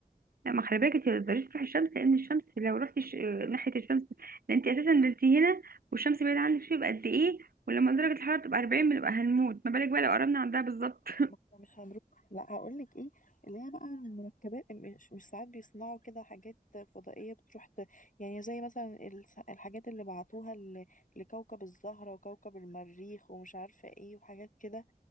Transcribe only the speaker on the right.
لا ما خلي بالك انت ما تقدريش تروحي الشمس لان الشمس لو رحتي ش... ناحيه الشمس لان انت اساسا نزلتي هنا والشمس بعيده عنك شويه يبقى قد ايه ولما درجه الحراره تبقى 40 بنبقى هنموت ما بالك بقى لو قربنا عندها بالظبط <laughs>